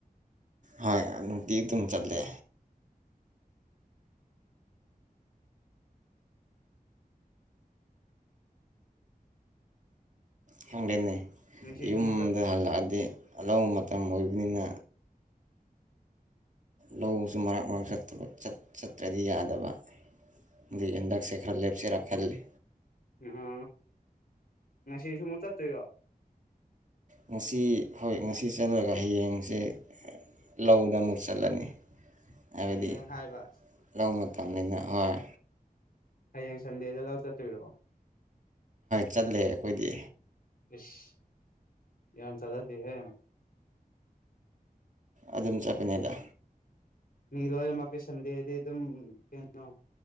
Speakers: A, on the right; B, on the left.
A: ꯍꯣꯏ ꯅꯨꯡꯇꯤ ꯑꯗꯨꯝ ꯆꯠꯂꯦ ꯈꯦꯡꯗꯦꯅꯦ
B: ꯉꯁꯤꯁꯨ
A: ꯌꯨꯝꯗ
B: ꯑꯃꯨꯛ ꯆꯠ
A: ꯍꯜꯂꯛꯑꯗꯤ ꯑꯅꯧꯕ ꯃꯇꯝ ꯑꯣꯏꯕꯅꯤꯅ ꯂꯧꯁꯨ ꯃꯔꯛ ꯃꯔꯛ ꯆꯠꯇ꯭ꯔꯗꯤ ꯌꯥꯗꯕ ꯑꯗꯩ ꯍꯟꯗꯛꯁꯦ ꯈꯔ ꯂꯦꯞꯆꯔꯥ ꯈꯜꯂꯤ
B: ꯑ ꯉ ꯁꯤꯦꯁ ꯃꯛꯇꯠꯇꯣ
A: ꯉꯁꯤ ꯍꯣꯏ ꯉꯁꯤ ꯆꯠꯂꯒ ꯍꯌꯦꯡꯁꯦ ꯂꯧꯗ ꯑꯃꯨꯛ ꯆꯠꯂꯅꯤ ꯍꯥꯏꯕꯗꯤ
B: ꯍꯌꯦꯡ ꯍꯥꯏꯕ
A: ꯂꯧ ꯃꯇꯝꯅꯤꯅ ꯍꯣꯏ
B: ꯍꯌꯦꯡ ꯁꯟꯗꯦꯗ ꯂꯥꯎ ꯆꯠꯇꯣꯏꯔꯣ
A: ꯆꯠꯂꯦ ꯑꯩꯈꯣꯏꯗꯤ
B: ꯏꯁ ꯌꯥꯝ ꯆꯖꯗꯦꯍꯦ
A: ꯑꯗꯨꯝ ꯆꯠꯄꯅꯦꯗ
B: ꯃꯤ ꯂ ꯃꯥꯩ ꯁꯟꯗꯦꯗꯤ ꯑꯗꯨꯝ ꯀꯩꯅꯣ